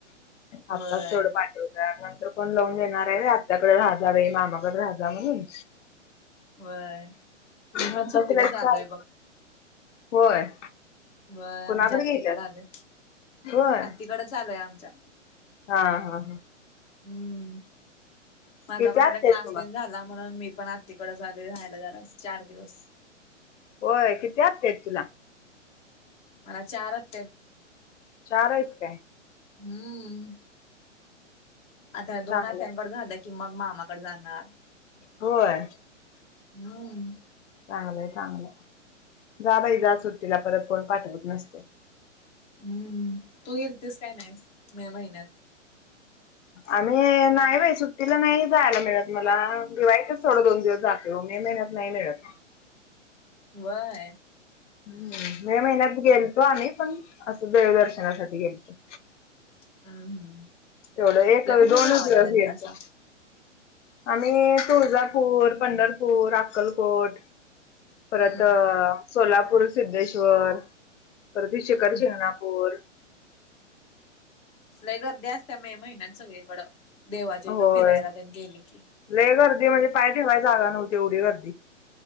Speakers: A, on the left; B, on the left.
A: आताच
B: व्हय
A: तेवड पाठव त्या नंतर कोण लावून देणार हाय वय आत्याकड राह जा बाई मामाकडे राह जा म्हणून?
B: व्हय. मी
A: म
B: पण
A: आता
B: सुट्टीलाच
A: तिला एक चार,
B: आलोय बघ
A: होय.
B: व्हय
A: कुणाकडे
B: आमच्या आत्तीकडे
A: गेल्यात
B: आलय,
A: होय
B: आत्तीकडच आलोय आमच्या.
A: हा हा.
B: हम्म, माझा
A: किती
B: पण
A: आत्या
B: आता क्लास
A: आहेत तुम्हाला
B: तेन झाला म्हणून मी पण आ तीकडच आलोय राहायला जरा चार दिवस.
A: होय किती आत्या हाईत तुला?
B: मला चार आत्या येत.
A: चार हाईत काय?
B: हम्म आता दोन
A: चांगलंय
B: आत्यांनकड झालं की मग मामाकड जाणार.
A: होय.
B: हम्म.
A: चांगलंय चांगलंय, जा बाई जा सुट्टीला परत कोण पाठवत नसतय.
B: हम्म, तू गेलतीस काय नाहीस मे महिन्यात?
A: आम्ही नाही बाई सुट्टीला नाही जायला मिळत मला दिवाळीतच थोडं दोन दिवस जा यो मे महिन्यात नाही मिळत.
B: व्हय.
A: हम्म मे महिन्यात गेलतो आम्ही पण असं देवदर्शनासाठी गेलतो.
B: हम्म हम्म
A: तेवढं
B: कुठल्या
A: एक
B: कुठल्या
A: दोनच
B: गावाला
A: दिवस
B: गेलतासा
A: घेलतो. आम्ही तुळजापूर, पंढरपूर, अक्कलकोट.
B: हम्म
A: परत सोलापूर, सिद्धेश्वर. परत हे शिकर
B: हम्म
A: शिंगणापूर.
B: लई गर्दी असत्या मे महिन्यात सगळीकडं, देवाच्या इथं
A: होय
B: फिरायला तेन गेल की?
A: लय गर्दी म्हणजे पाय ठेवाय जागा नव्हती ऐवढी गर्दी.